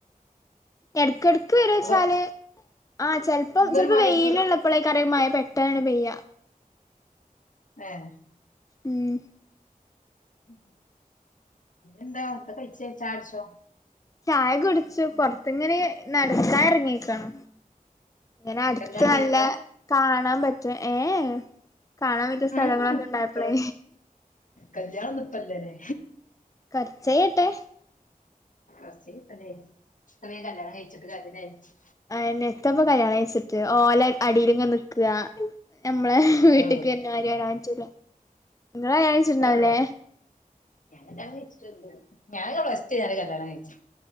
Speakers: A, on the left; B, on the left.
A: ഇയ്യെടുത്ത് വര വെച്ചാല്
B: അതോ
A: ആ ചെലപ്പോ
B: ഇന്നൊരു
A: ചെലപ്പോ
B: മഴ
A: വെയിലള്ളപ്പോഴ
B: ഫുൾ
A: കറ മഴ പെട്ടാന്ന് പെയ്യ
B: ആഹ്
A: ഉം
B: ഉം എന്താ എന്താ കഴിച്ച ചായുടിച്ചോ?
A: ചായ കുടിച്ചു പൊറത്തിങ്ങനെ നടക്കാ ഇറങ്ങിക്കണ് ഇങ്ങനെ അടുത്ത്
B: കല്യാണം
A: നല്ല
B: കഴിഞ്ഞതാ
A: കാണാൻ കാണാൻ പറ്റും ഏഹ് കാണാൻ പറ്റിയ സ്ഥലങ്ങളൊക്കെ
B: ഉം
A: ഉണ്ടായപ്പോളെ
B: ഇപ്പളും കല്യാണം ഒന്നും ഇപ്പല്ലല്ലേ
A: കുറച്ചയട്ടെ
B: അസി അതെ സമയം കല്ല്യാണം കഴിഞ്ഞ് ചക്കതിനായിരിക്കും
A: ആയ്നെത്തപ്പോ കല്യാണം കഴച്ചിട്ട് ഓല് അടിയിൽ ഇങ്ങനെ നിക്കാ നമ്മളെ
B: ആഹ് അത്രേ
A: വീട്ടിക്ക്
B: ഉള്ളൂ
A: വന്നമാതിരി വരാൻ പറ്റുല്ല. നിങ്ങൾ കല്ല്യാണം
B: അത്രേ
A: കഴിച്ച് ഇണ്ടാവുവല്ലേ?
B: ഉള്ളൂ ഞാൻ കല്യാണം കഴിച്ചിട്ടിണ്ട് ഞാനൊക്കെ പ്ലസ് ടു കഴിഞ്ഞപ്പോൾ കല്യാണം കഴിഞ്ഞ്.